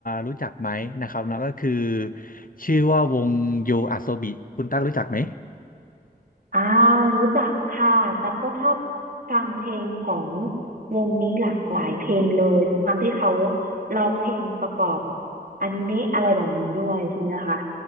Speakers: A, on the left; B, on the right.
A: รู้จักไหมนะครับแล้วก็คือชื่อว่าวงโยอาโซบิคุณตั๊กรู้จักไหม
B: อ่ารู้จักค่ะตั๊กก็ชอบฟังเพลงของวงนี้หลากหลายเพลงเลยด้วยความที่เขาร้องเพลงประกอบอนิเมะอะไรแบบนี้ด้วยใช่ไหมคะ